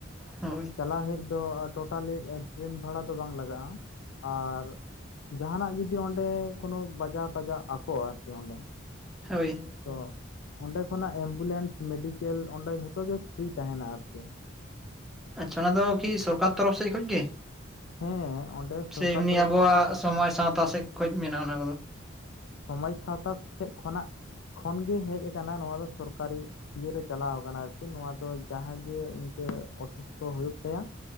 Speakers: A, in the centre; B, on the left.
A: ᱦᱳᱭ
B: ᱪᱟᱞᱟᱣ ᱦᱮᱡ ᱫᱚ ᱴᱳᱴᱟᱞᱤ ᱴᱨᱮᱱ ᱵᱷᱟᱲᱟ ᱫᱚ ᱵᱟᱝ ᱞᱟᱜᱟᱜᱼᱟ, ᱟᱨ ᱡᱟᱦᱟᱱᱟᱜ ᱡᱩᱫᱤ ᱚᱸᱰᱮ ᱠᱳᱱᱳ ᱵᱟᱡᱟᱣ ᱴᱟᱡᱟᱣ ᱟᱠᱚ ᱟᱨᱠᱤ ᱚᱸᱰᱮ
A: ᱦᱳᱭ,
B: ᱛᱚ ᱚᱸᱰᱮ ᱠᱷᱚᱱᱟᱜ ᱮᱢᱵᱩᱞᱮᱱᱥ ᱢᱮᱰᱤᱠᱮᱞ ᱚᱸᱰᱮ ᱡᱷᱚᱛᱚ ᱜᱮ ᱯᱷᱨᱤ ᱛᱟᱦᱮᱱᱟ ᱟᱨᱠᱤ,
A: ᱟᱪᱪᱷᱟ ᱚᱱᱟ ᱫᱚ ᱠᱤ ᱥᱚᱨᱠᱟᱨ ᱛᱚᱨᱚᱯᱷ ᱥᱮᱡ ᱠᱷᱚᱡᱽ ᱜᱮ,
B: ᱦᱮᱸ ᱚᱸᱰᱮ ᱥᱚᱨᱠᱟᱨ
A: ᱥᱮ ᱮᱢᱱᱤ
B: ᱛᱚᱨᱚᱯᱷ
A: ᱟᱵᱚᱣᱟᱜ
B: ᱠᱷᱚᱱ ᱠᱷᱚᱱᱟᱜ-ᱜᱮ,
A: ᱥᱚᱢᱟᱡᱽ ᱥᱟᱶᱛᱟ ᱥᱮᱪ ᱠᱷᱚᱡᱽ ᱢᱮᱱᱟᱜᱼᱟ ᱚᱱᱟ ᱠᱚᱫᱚ,
B: ᱥᱚᱢᱟᱡᱽ ᱥᱟᱶᱛᱟ ᱥᱮᱫ ᱠᱷᱚᱱᱟᱜ ᱠᱷᱚᱱ ᱜᱮ ᱦᱮᱡ ᱟᱠᱟᱱᱟ ᱱᱚᱣᱟ ᱫᱚ ᱥᱚᱨᱠᱟᱨᱤ, ᱤᱭᱟᱹ ᱨᱮ ᱪᱟᱞᱟᱣ ᱠᱟᱱᱟ ᱟᱨᱠᱤ ᱱᱚᱶᱟ ᱫᱚ ᱡᱟᱦᱟᱸ ᱜᱮ ᱤᱱᱠᱟᱹ ᱚᱥᱩᱥᱛᱷᱚ ᱦᱩᱭᱩᱜ ᱛᱟᱭᱟ